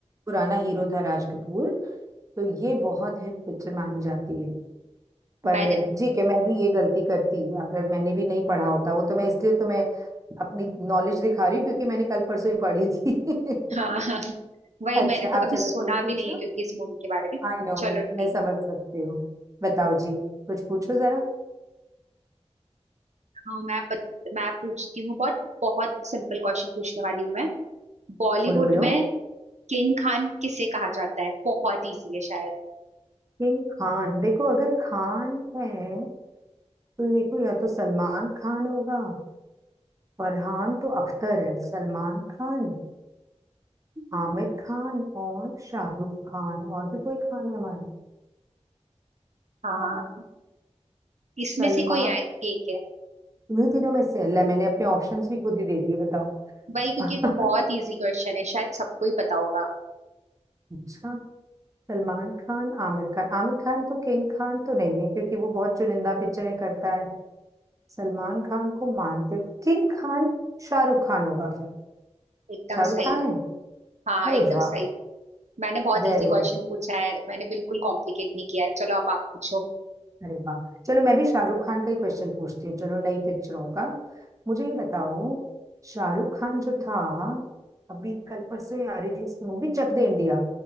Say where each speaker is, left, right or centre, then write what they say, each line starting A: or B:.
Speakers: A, on the right; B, on the right.
A: पुराना हीरो था राज कपूर तो ये बहुत हिट पिक्चर मानी जाती है पर
B: मैंने
A: ठीक है मैं भी ये गलती करती अगर मैंने भी नहीं पढ़ा होता वो तो मैं इसलिए तुम्हें अपनी नॉलेज दिखा रही हूँ क्योंकि मैंने कल परसों ही पढ़ी थी <laughs>
B: हाँ <laughs> हाँ वही
A: अच्छा
B: मैंने तो
A: आप
B: कभी
A: चलो
B: सुना
A: तुम पूछो
B: भी नहीं है क्योंकि इस मूवी के बारे में
A: आई नो
B: चलो ठीक
A: मैं समझ
B: है
A: सकती हूँ बताओ जी कुछ पूछो जरा
B: हाँ मैं पत, मैं पूछती हूँ बहुत बहुत सिंपल क्वेश्चन पूछने वाली हूँ मैं बॉलीवुड
A: बोलो बोलो
B: में किंग खान किसे कहा जाता है बहुत इजी है शायद
A: किंग खान देखो अगर खान है तो देखो या तो सलमान खान होगा फरहान तो अख्तर है सलमान खान आमिर खान और शाहरुख खान और भी कोई खान है हमारा
B: हाँ
A: अ,
B: इसमें
A: सलमान
B: से कोई आय- एक है
A: तुम्हें तीनों में से अल्लाह मैंने अपने ऑप्शंस भी खुद ही दे दिए बताओ
B: भाई क्योंकि
A: <laughs>
B: ये तो बहुत इजी क्वेश्चन है शायद सबको ही पता होगा
A: अच्छा सलमान खान आमिर खान आमिर खान तो किंग खान तो नहीं है क्योंकि वो बहुत चुनिंदा पिक्चरें करता है सलमान खान को मानते किंग खान शाहरुख खान होगा फिर
B: एकदम
A: शाहरुख
B: सही
A: खान है
B: हाँ
A: अरे
B: एकदम
A: वाह
B: सही मैंने बहुत
A: वेरी
B: इजी क्वेश्चन
A: गुड
B: पूछा है मैंने बिल्कुल कॉम्प्लिकेट नहीं किया है चलो अब आप पूछो
A: अरे वाह चलो मैं भी शाहरुख खान का ही क्वेश्चन पूछती हूँ चलो नई पिक्चरों का मुझे ये बताओ शाहरुख खान जो था अभी कल परसों ही आ रही थी उसकी movie Chak De India